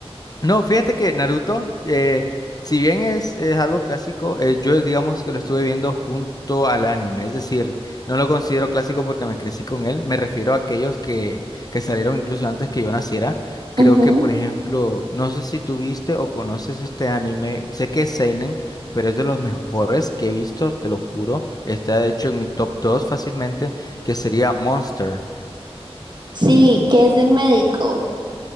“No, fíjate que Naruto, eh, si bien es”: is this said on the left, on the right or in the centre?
Left